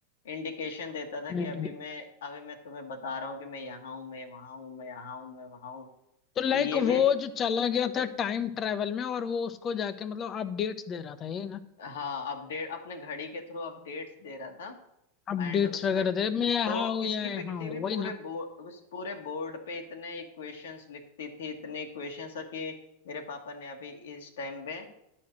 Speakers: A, on the left; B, on the left.
A: इंडिकेशन देता था
B: हम्म
A: कि अभी
B: हम्म।
A: मैं अभी मैं तुम्हें बता रहा हूँ कि मैं यहाँ हूँ मैं वहां हूँ मैं यहाँ हूँ मैं वहां हूँ
B: तो लाइक
A: तो ये
B: वो
A: भी
B: जो चला गया था टाइम ट्रेवल में और वो उसको जाके मतलब अपडेट्स दे रहा था ये ना
A: हाँ अपडेट अपने घड़ी के थ्रू अपडेट्स दे रहा था
B: अपडेट्स
A: एंड उसमें
B: वगैरह दे मैं यहाँ
A: तो
B: हूँ
A: इसकी
B: या यहाँ
A: बेटी
B: हूँ
A: भी
B: वही
A: पूरे
B: ना
A: बोर्ड पूरे बोर्ड पे इतने इक्वेशंस लिखती थी इतने इक्वेशंस कि मेरे पापा ने अभी इस टाइम में